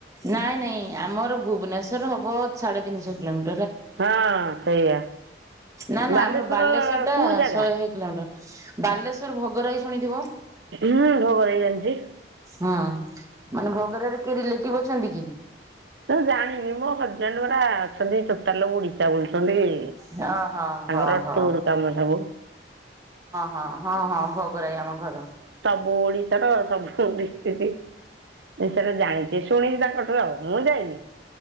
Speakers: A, on the right; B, on the right.
A: ନାଇଁ ନାଇଁ ଆମର ଭୁବନେଶ୍ଵର ହବ ସାଢେ ତିନିଶହ କିଲୋମି
B: ହଁ ସେଇଆ।
A: ନା ନା
B: ବାଲେଶ୍ଵର
A: ଆମର ବାଲେଶ୍ଵରଟା
B: କୋଉ ଜାଗା
A: ଶହେ କିଲୋମିଟର ବାଲେଶ୍ଵର ଭୋଗରାଇ ଶୁଣିଥିବ।
B: ହୁଁ ଭବରାଇ ଜାଣିଛି।
A: ହୁଁ ମାନେ ଭଗରାଇରେ କିଏ ରିଲେଟିଭ ଅଛନ୍ତି କି?
B: ମୁଁ ଜାଣିନି ମୋ ହଜବେଣ୍ଡ ପରା ଅଛନ୍ତି ଟୋଟାଲ ଓଡିଶା ବୁଲୁଛନ୍ତି।
A: ହଁ ହଁ
B: ତାଙ୍କର
A: ହଁ ହଁ
B: ଟୁର୍ କାମ ସବୁ
A: ହଁ ହଁ। ହଁ ହଁ ଭୋଗରାଇ ଆମ ଘର।
B: ଓଡିଶାର ସବୁ ଡିଷ୍ଟିକ। ଏ ସେଟା ଜାଣିଛି ଶୁଣିଲି ତାଙ୍କ ଠୁ ଆଉ ମୁଁ ଯାଇନି।